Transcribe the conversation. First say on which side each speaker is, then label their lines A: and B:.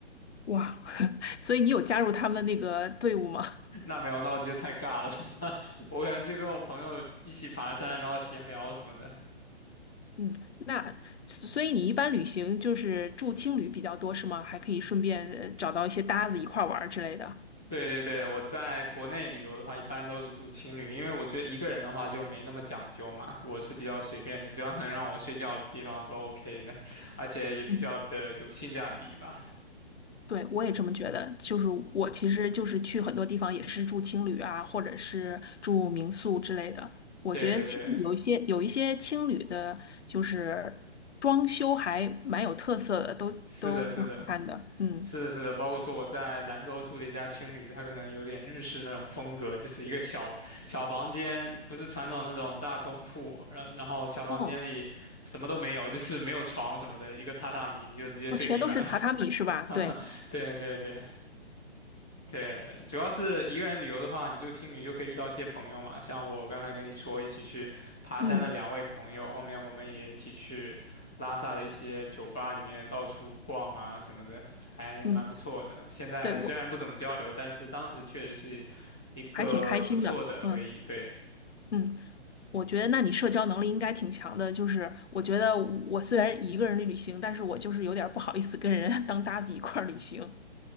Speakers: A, on the left; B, in the centre.
A: 哇，<laughs> 所以你有加入他们那个队伍吗？
B: <laughs> 那没有，那我觉得太尬了。<laughs> 我可能就跟我朋友一起爬山，然后闲聊什么的。
A: 嗯，那所以你一般旅行就是住青旅比较多是吗？还可以顺便呃找到一些搭子一块儿玩儿之类的。
B: 对对对，我在国内旅游的话，一般都是住青旅，因为我觉得一个人的话就没那么讲究嘛，我是比较随便的，只要能让我睡觉的地方都 OK 的，而且也比较的有性价比吧。
A: 嗯。对，我也这么觉得。就是我其实就是去很多地方也是住青旅啊，或者是住民宿之类的。我觉得青有一些有一些青旅的，
B: 对对对。
A: 就是装修还蛮有特色的，都都挺好看的。
B: 是的，是的，
A: 嗯，
B: 是的，是的，包括说我在兰州住的一家青旅，它可能有点日式那种风格，就是一个小小房间，不是传统那种大通铺，然然后小房间里什么都没有，
A: 哦，
B: 就是没有床什么的，一个榻榻米，你就直接睡地板。
A: 哦，全都是榻榻米是吧？
B: <laughs>
A: 对，
B: 对对对。对，主要是一个人旅游的话，你住青旅就可以遇到一些朋友嘛，像我刚才跟你说一起去爬山的两位朋友，
A: 嗯
B: 后面我们也一起去拉萨的一些酒吧里面到处逛啊什么的，还蛮不错的。
A: 嗯，
B: 现在虽然不怎么交流，
A: 对，我
B: 但是当时确实是一个不错的回忆。
A: 还挺开心的。嗯
B: 对，
A: 嗯，我觉得那你社交能力应该挺强的。就是我觉得我虽然一个人旅行，但是我就是有点儿不好意思跟人 <laughs> 当搭子一块儿旅行。